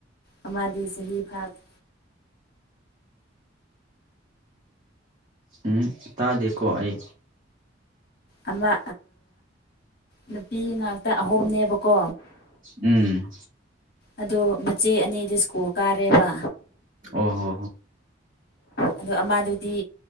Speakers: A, on the left; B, on the right.
A: ꯑꯃꯗꯤ ꯆꯍꯤ ꯐꯥꯕꯦ
B: ꯎꯝ ꯇꯥꯗꯀꯣ ꯑꯩ
A: ꯑꯃ ꯅꯨꯄꯤ ꯉꯥꯛꯇ ꯑꯍꯨꯝꯅꯦꯕꯀꯣ
B: ꯎꯝ
A: ꯑꯗꯣ ꯃꯆꯦ ꯑꯅꯤꯗꯤ ꯁ꯭ꯀꯨꯜ ꯀꯥꯔꯦꯕ
B: ꯑ ꯍ
A: ꯑꯣ ꯑꯃꯥꯗꯨꯗꯤ